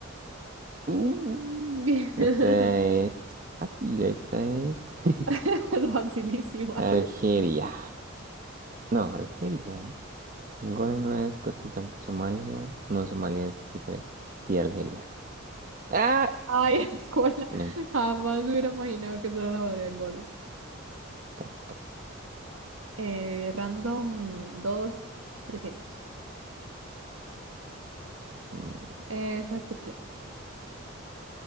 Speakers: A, on the right (about 40°); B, on the right (about 75°).
A: Uh,
B: mm,
A: esta es fácil, esta es <laughs>
B: <laughs> Facilísima.
A: Algeria. No, Algeria. Angola no es Coto tampoco Somalia. No, Somalia es diferente. Sí, Algeria. Ah,
B: Ay, <laughs> Angola.
A: men,
B: Jamás hubiera imaginado que eso era la bandera de Angola.
A: casi, casi.
B: Eh, random dos trescientos
A: Mm,
B: Esa es Turquía.